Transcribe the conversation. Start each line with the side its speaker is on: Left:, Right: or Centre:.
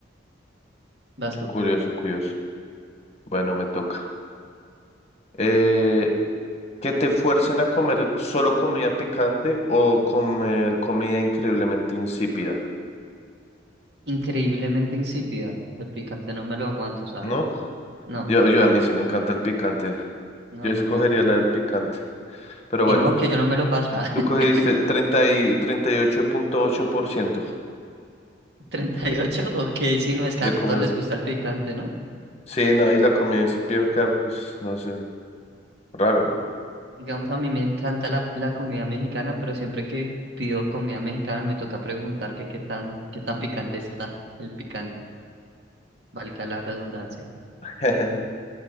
Right: Vas tú.
Left: Curioso, curioso. Bueno, me toca. Eh, que te fuercen a comer solo comida picante o comer comida increíblemente insípida,
Right: Increíblemente insípida. El picante no me lo aguanto, ¿sabes?
Left: ¿no?
Right: No,
Left: Yo, yo a mí sí me encanta el picante.
Right: no,
Left: Yo escogería
Right: no me, no
Left: la
Right: me
Left: del
Right: lo...
Left: picante. Pero bueno,
Right: Y no,
Left: tú,
Right: que yo no me lo paso. <laughs>
Left: tú cogiste
Right: Ah,
Left: treinta y treinta y ocho ocho punto ocho por ciento
Right: 38, ok, sí no es que
Left: de
Right: a todos
Left: comer.
Right: les gusta el picante, ¿no?
Left: Sí, no, y la comida insípida acá, pues, no sé. Raro, ¿no?
Right: Digamos, a mí me encanta la, la comida mexicana, pero siempre que pido comida mexicana me toca preguntar que qué tan, qué tan picante está el picante. Valga la redundancia.
Left: <laughs>